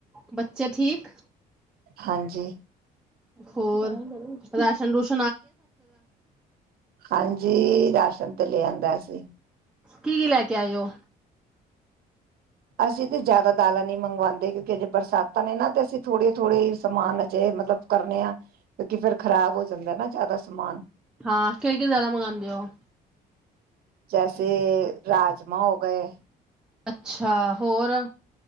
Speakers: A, in the centre; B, on the right.
A: ਬੱਚੇ ਠੀਕ?
B: ਹਾਂਜੀ
A: ਹੋਰ ਰਾ ਸੰਦੂਸ
B: ਹਾਂਜੀ, ਰਾਸ਼ਨ ਤੇ ਲੇ ਆਂਦਾ ਸੀ
A: ਕੀ- ਕੀ ਲੈ ਕੇ ਆਏ ਔ?
B: ਅਸੀਂ ਤੇ ਜਾਅਦਾ ਦਾਲਾਂ ਨਈਂ ਮੰਗਵਾਂਦੇ ਕਿਉਂਕਿ ਅਜੇ ਬਰਸਾਤਾਂ ਨੇ ਨਾ, ਤੇ ਅਸੀਂ ਥੋੜ੍ਹੇ-ਥੋੜ੍ਹੇ ਈ ਸਮਾਨ ਅਜੇ ਮਤਲਬ ਕਰਨੇ ਆ, ਕਿਉਂਕਿ ਫਿਰ ਖ਼ਰਾਬ ਹੋ ਜਾਂਦਾ ਨਾ ਜਾਅਦਾ ਸਮਾਨ।
A: ਹਾਂ, ਕੇੜੀ ਕੇੜੀ ਦਾਲਾਂ ਮੰਗਾਂਦੇ ਓ?
B: ਜੈਸੇ ਰਾਜਮਾਂ ਹੋ ਗਏ। <unintelligible>
A: ਅੱਛਾ, ਹੋਰ?